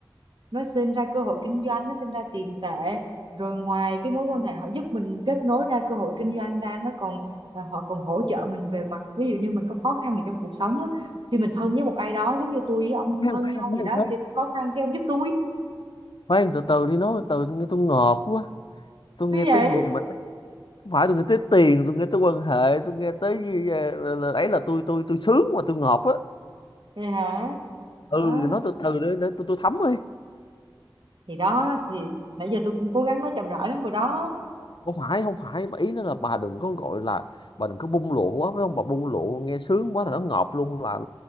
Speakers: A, on the right; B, on the left.
A: nó sinh ra cơ hội kinh doanh nó sinh ra tiền tệ rồi ngoài cái mối quan hệ họ giúp mình kết nối ra cơ hội kinh doanh ra nó còn là họ còn hỗ trợ mình về mặt ví dụ như mình có khó khăn gì trong cuộc sống á khi mình thân với một ai đó giống như tôi với ông
B: khoan
A: thân
B: khoan
A: nhau vậy
B: khoan
A: đó
B: khoan
A: khi tôi khó khăn cái ông giúp tôi
B: khoan từ từ đi nói từ từ nghe tôi ngợp quá tôi
A: Thế
B: nghe
A: vậy?
B: tới gì mà không phải tôi nghe tới tiền tôi nghe tới quan hệ tôi nghe tới gì, ờ, là, là, ấy là tôi tôi tôi sướng mà tôi ngợp á
A: Vậy hả?
B: ừ
A: Đó,
B: nói từ từ để, để tôi tôi thấm đi
A: thì đó thì nãy giờ tôi cũng cố gắng nói chậm rãi lắm rồi đó.
B: không phải không phải và ý nó là bà đừng có gọi là bà đừng có bung lụa quá phải không bà bung lụa nghe sướng quá là nó ngợp luôn là